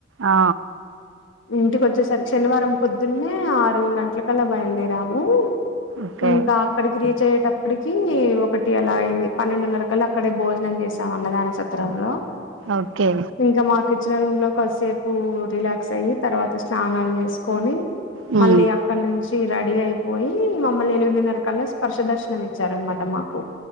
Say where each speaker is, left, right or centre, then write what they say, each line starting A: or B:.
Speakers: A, on the right (about 80°); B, on the left (about 80°).
A: ఆ
B: ఇంటికి వచ్చేసరికి శనివారం పొద్దున్నే ఆరు గంటలకల్లా బయలుదేరాము
A: ఓకే
B: ఇంకా అక్కడికి రీచ్ అయ్యేటప్ ప్పటికి ఒకటి అలా అయింది పన్నెండున్నర కల అక్కడే భోజనం చేసాం అన్నదాన సత్రంలో
A: ఓకే
B: ఇంకా మాకు రూమ్ లో కొద్సేపు రిలాక్స్ అయ్యి తర్వాత స్నానాలు చేసుకొని
A: ఉమ్
B: మళ్ళీ అక్కడ నుంచి రెడీ అయిపోయి మమ్మల్ని ఎనిమిదిన్నర కల్లా స్పర్శ దర్శనం ఇచ్చారనమాట మాకు